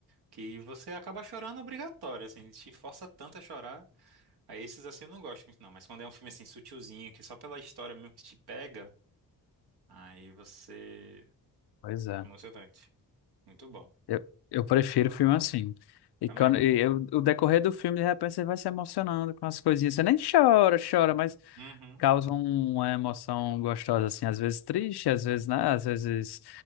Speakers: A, on the right; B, on the left.
A: que você acaba chorando obrigatório, assim, ele te força tanto a chorar. Aí esses assim eu não gosto muito, não. Mas quando é um filme assim sutilzinho, que é só pela história mesmo que te pega, aí você.
B: Pois é.
A: é Emocionante. Muito bom.
B: Eu, eu prefiro filme assim. E
A: Também.
B: quando e eu- o decorrer do filme, de repente, você vai se emocionando com as coisinhas. Você nem chora, chora, mas
A: Uhum.
B: causa uma emoção gostosa, assim, às vezes triste, às vezes, né? Às vezes